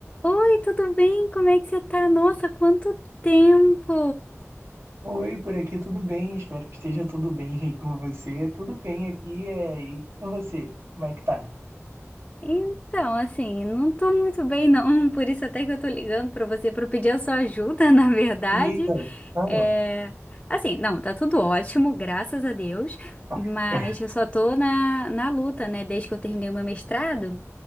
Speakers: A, on the left (about 20°); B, on the right (about 55°).
A: Oi, tudo bem? Como é que você tá? Nossa, quanto tempo!
B: Oi, por aqui tudo bem? Espero que esteja tudo bem aí com você. Tudo bem aqui é, e com você? Como é que tá?
A: Então, assim, não tô muito bem não, <laughs> por isso até que eu tô ligando pra você pra pedir a sua ajuda, <laughs> na verdade.
B: Eita, ah,
A: É... Assim, não, tá tudo ótimo, graças a Deus,
B: tá.
A: mas
B: <laughs>
A: eu só tô na, na luta, né, desde que eu terminei o meu mestrado.